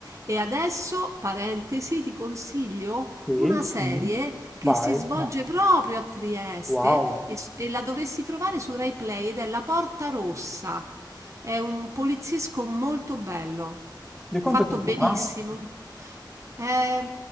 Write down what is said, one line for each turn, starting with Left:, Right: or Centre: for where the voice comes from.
Right: E adesso, parentesi, ti consiglio
Centre: Sì,
Right: una serie che
Centre: vai.
Right: si svolge proprio a Trieste
Centre: Wow.
Right: e, s- e la dovresti trovare su Rai Play ed è La Porta Rossa. È un poliziesco molto bello,
Centre: Di
Right: fatto
Centre: quanto tempo
Right: benissimo.
Centre: fa?
Right: Eh,